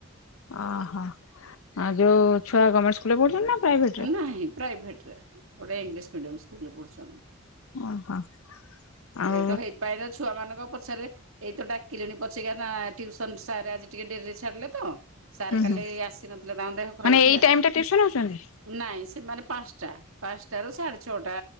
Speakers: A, on the left; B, on the right.
A: ଅ ହ ଆଉ ଯୋଉ ଛୁଆ ଗମେଣ୍ଟ ସୁ କୁଲରେ ପଢୁଛନ୍ତି ନା ପ୍ରାଇଭେ
B: ଆ ନାହିଁ ପ୍ରାଇଭେଟରେ ଗୋଟେ ଇଂଲିଶ ମିଡିୟମ୍ ସ୍କୁଲରେ ପଢୁଛନ୍ତି।
A: ଓହୋ। ଆଉ
B: ଏଇ ତ ହେଇପାଇଁ ତ ଛୁଆମାନଙ୍କ ପଛେରେ ଏଇ ତ ଡାକିଲେଣି ପଛେକା ନା ଟ୍ୟୁସନ୍ ସାର୍ ଆଜି ଟିକେ ଡେରିରେ ଛାଡିଲେ ତ ସାର୍
A: ହୁଁ
B: କାଲି
A: ହୁଁ
B: ଆସିନଥିଲେ ତାଙ୍କ ଦେହ ଖରାପ
A: ମାନେ
B: ଥିଲା।
A: ଏଇ ଟାଇମ ଟା ଟିଉସନ ହଉଛନ୍ତି?
B: ନାଇଁ ସେମାନେ ପାଂଶଟା ପାଂଶଟାରୁ ସାଡେ ଛଅଟା